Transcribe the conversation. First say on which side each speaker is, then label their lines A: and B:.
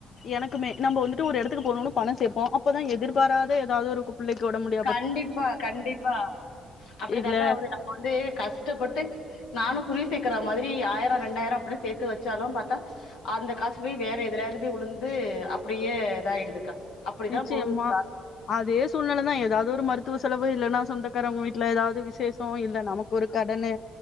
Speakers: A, on the left (about 60°); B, on the left (about 85°).
A: எனக்குமே நம்ம வந்துட்டு ஒரு எடத்துக்கு போனுனு பணோ கேப்போ அப்பதா எதிர்பாராத ஏதாவுது ஒரு கு பிள்ளைக்கு ஒடம் முடி
B: கண்டிப்பா கண்டிப்பா அப்டிதாக்கா
A: இல்ல
B: அவரு நம்ம வந்து கஷ்டப்பட்டு நானு குருவி சேக்கர மாத்ரி ஆயிரோ ரெண்டாயிரோ அப்டி சேத்து வெச்சாலு பாத்தா அந்த காசு போய் வேற எதுலயாவது போய் வுழுந்து அப்டியே இதாயிடுதுக்கா அப்படிதான்
A: நிச்சயமா
B: போகுது
A: அதே சூழ்நில தா ஏதாவது ஒரு மருத்துவ செலவு இல்லேனா சொந்தக்காரவங்க வீட்ல ஏதாவது விசேஷோ இல்ல நமக்கு ஒரு கடனு